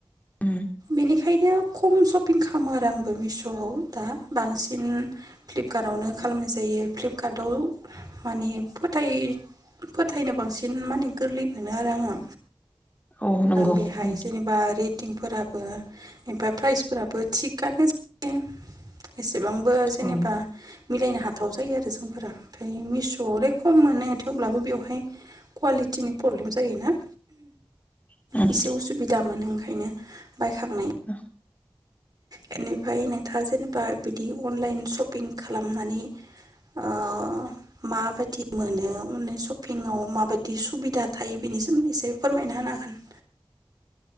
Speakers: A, on the left; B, on the right.
A: उम
B: बेनिखायनो खम सपिं खालामो आरो आंबो मिशआव दा बांसिन फ्लिपकार्टआवनो खालामनाय जायो फ्लिपकार्टआव माने फोथाय फोथायनो बांसिन माने गोरलै मोनो आरो आंङो
A: औ नंगौ
B: बेहाय
A: उम
B: जेनेबा रेट फटिंफोराबो एबा प्राइजफोराबो थिगानो जायो बेसेबांबो जेनेबा
A: औ
B: मिलायनो हाथाव जायो आरो जोंफोरा ओमफ्राय मिशआवले खम मोनो थेवब्लाबो बेवहाय कुवालिटिनि प्रब्लेम जायोना
A: उम
B: एसे उसुबिदा मोनो ओंखायनो बायखां
A: ह
B: बेनिफ्राय नोंथा जेने <unintelligible> बा बिदि अनलाइन सपिं खालामनानै ओ माबायदि मोनो अनलाइन सपिंआव माबायदि सुबिदा थायो बेनि सोमोन्दै इसे फोरमायना होनो हागोन